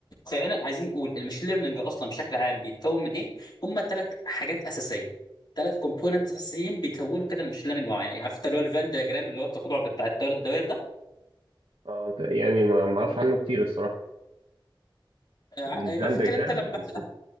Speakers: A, on the left; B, on the right.
A: خلينا عايزين نقول الماشين ليرنينج اصلا بشكل عام بيتكون من ايه هم ثلاث حاجات اساسيه ثلاث كومبوننتس اساسيين بيكونوا كده الماشين ليرنينج معين عارف انت اللي هو الفان دياجرام اللي هو التقاطع بتاع الثلاث دوائر ده
B: اه ت- يعني ما ما اعرفش عنه كتير الصراحه
A: ع-
B: الفان
A: لو فاكر
B: دياجرام
A: انت لما
B: الرسوم